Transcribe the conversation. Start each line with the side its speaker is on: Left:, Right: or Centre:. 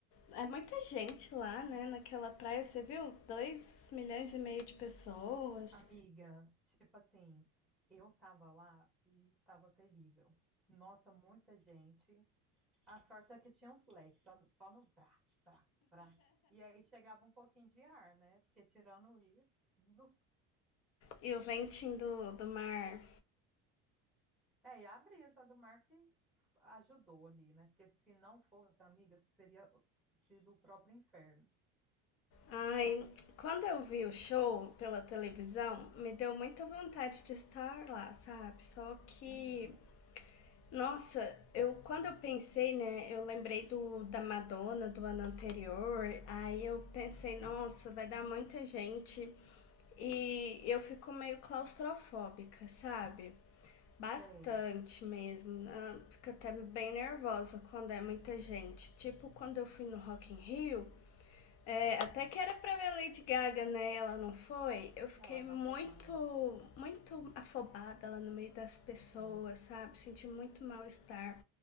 Left: é muita gente lá, né? Naquela praia, você viu? dois milhões e meio de pessoas
Centre: Amiga, tipo assim, eu tava lá e tava terrível. Nossa, muita gente. A sorte é que tinha uns leques, só, só no brá, brá, brá. E aí chegava um pouquinho de ar, né? Porque tirando isso, nu.
Left: e o ventinho do, do mar.
Centre: É, e a brisa do mar que ajudou ali, né? Porque se não fosse amiga, seria sido o próprio inferno.
Left: Ai, quando eu vi o show pela televisão, me deu muita vontade de estar lá, sabe? Só que
Centre: Uhum,
Left: Nossa, eu quando eu pensei, né, eu lembrei do da Madonna do ano anterior, aí eu pensei, nossa, vai dar muita gente e eu fico meio claustrofóbica, sabe? Bastante
Centre: sei.
Left: mesmo. ah, Fico até bem nervosa quando é muita gente. Tipo, quando eu fui no Rock in Rio, é, até que era pra ver a Lady Gaga, né? E ela não foi. Eu fiquei
Centre: Ela
Left: muito,
Centre: não vem mais.
Left: muito afobada lá no meio das pessoas,
Centre: Uhum.
Left: sabe? Senti muito mal-estar.